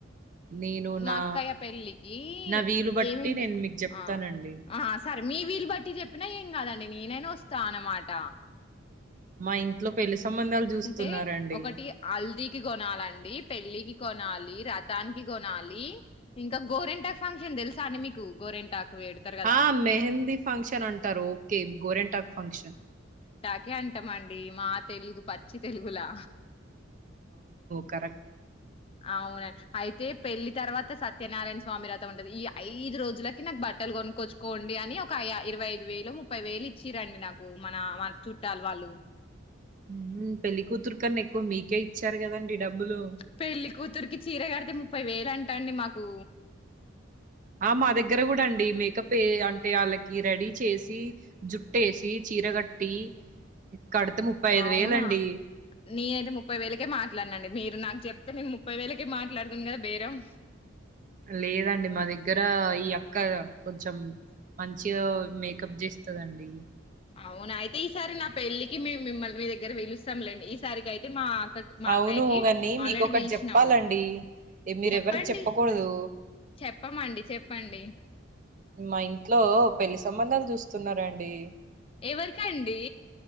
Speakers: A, on the right; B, on the left.
A: నేను
B: మా
A: నా
B: అక్కయ్య పెళ్ళికీ
A: నా వీలు బట్టి
B: ఏమైందిక
A: నేను మీకు చెప్తానండి
B: ఆ ఆ సర్ మీ వీళ్ళ బట్టి చెప్పినా ఏం కాదండి నేనైనా వస్తా అన్నమాట
A: మా ఇంట్లో పెళ్లి సంబంధాలు చూస్తున్నారండి
B: అంటే ఒకటి హల్ది కి కొనాలిండి పెళ్లికి కొనాలి రథానికి కొనాలి ఇంకా గోరింటాకు ఫంక్షన్ తెలుసా అండి మీకు గోరింటాకు పెడతారు కదా
A: ఆ మెహందీ ఫంక్షన్ అంటారు ఓకే గోరెంటాక్ ఫంక్షన్
B: <unintelligible> మండి మా తెలుగు చిి తెలుగులా
A: కరెక్ట్
B: అవునా అయితే పెళ్లి తర్వాత సత్యనారాయణ స్వామి వథం ఉంటది ఈ ఐదు రోజులకి నాకు బట్టలు కొనుక్కొచ్చుకోండి అని ఒక ఇరవై ఐదు వేలు ముప్పై వేలు ఇచ్చిరండి నాకు మన మన చుట్టాలు వాళ్ళు
A: హ్మ్. పెళ్లి కూతురు కన్న ఎక్కువ మీకే చర్గ కదండి డబ్బులు
B: పెళ్లి కుతురుకి చీర కడతే ము ముప్పై వేలు అంటా అండి మాకు
A: ఆ మా దగ్గర కూడా అండి మేకప్ అంటే వాళ్ళకి రెడీ చేసి జుట్టేసి చీర కట్టి కడుత ముప్పై ఐదు
B: అవునా
A: వేల అండి
B: నేనైతే ముప్పై వేలకే మాట్లాడినండి మీరు నాకు చెప్తే నేను ముప్పై వేలకే మాట్లాడుతును కదా బేరం
A: లేదండి మా దగ్గర ఈ అక్క కొంచెం మంచిగా మేకప్ చేస్తుందండి
B: అవునా అయితే ఈసారి నా పెళ్ళికి మేం మిమ్మల్ని మీ దగ్గర వెలుస్తాండి ఈసారికి అయితే <unintelligible> మా అక్క మా
A: అవును
B: అక్కయికి
A: కాని మీకొకటి
B: ఆల్రెడీ పీల్చినాము
A: చెప్పాలండి ఏ మీరెవరికి
B: చెప్పండి
A: చెప్పకూడదు
B: చెప్పమండి చెప్పండి
A: మా ఇంట్లో పెళ్లి సంబంధాలు చూస్తున్నారండి
B: ఎవరక అండి